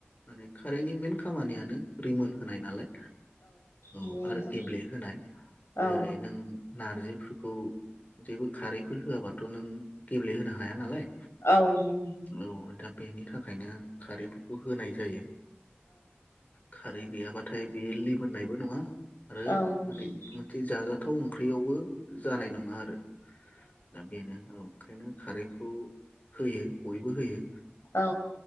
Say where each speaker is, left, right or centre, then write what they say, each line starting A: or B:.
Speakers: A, on the left (about 40°); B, on the left (about 85°).
A: माने खारैनि मेन खामानियानो रिमोन होनाय नालाय। औ
B: नंगौ नोंथां
A: आरो गेब्लेहोनाय
B: औ
A: जेरै नों नारजिफोरखौ जेबो खारैफोर होआबाथ थ' नों गेब्लेहोनो हाया नालाय।
B: औ नंगौ नोथां
A: औ दा बेनि थाखायनो खारैफोखौ होनाय जायो खारै गैयाबाथाय बेयो लिमोननायबो नङा आरो
B: औ औ
A: माने मोनसे जा फाथाव ओंख्रियावबो जानाय नङा आरो <unintelligible> दा बेनो औ ओंखायनो खारैखौ होयो बयबो होयो।
B: औ